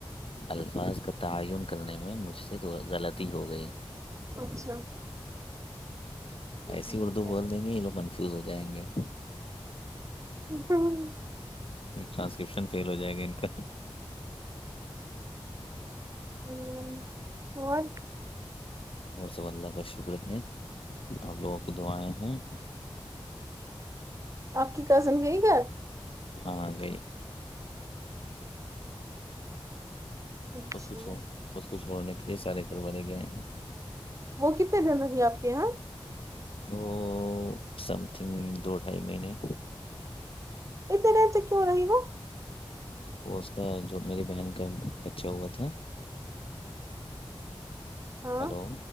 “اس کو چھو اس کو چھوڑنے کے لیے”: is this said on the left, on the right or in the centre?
Left